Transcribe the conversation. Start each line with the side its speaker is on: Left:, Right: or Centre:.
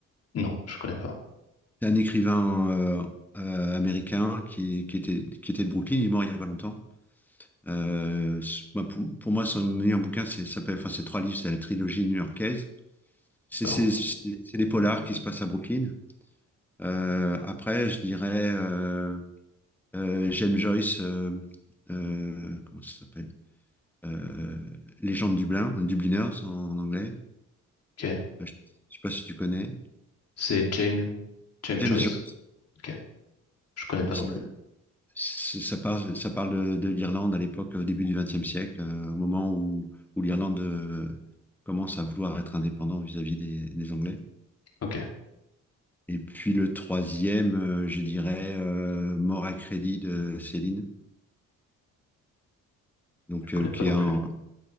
Left: Non, je connais pas.
Centre: C'est un écrivain euh, euh, américain qui, qui était, qui était de Brooklyn, il est mort il y a pas longtemps. Euh, c- moi, pour, pour moi, son meilleur bouquin, c'est ça s'appelle, enfin, c'est trois livres, c'est la trilogie new-yorkaise. C'est
Left: D'accord.
Centre: c'est- c'est- c'est des polars qui se passent à Brooklyn. Euh, après, je dirais, euh, euh, j'aime Joyce, euh, euh, comment ça s'appelle? Euh, Les gens de Dublin, Dubliners en, en anglais.
Left: Ok.
Centre: Euh, je ne sais pas si tu connais.
Left: C'est James, James
Centre: James
Left: Joyce.
Centre: Joyce.
Left: Ok. Je connais
Centre: Bon,
Left: pas
Centre: ça-
Left: non plus.
Centre: Ça ça parle, ça parle de, de l'Irlande à l'époque, au début du XXe siècle, euh, au moment où, où l'Irlande euh, commence à vouloir être indépendante vis-à-vis des, des Anglais.
Left: Ok.
Centre: Et puis le troisième, euh, je dirais, euh, Mort à crédit de Céline. Donc,
Left: Je connais
Centre: euh, qui
Left: pas non
Centre: est un.
Left: plus.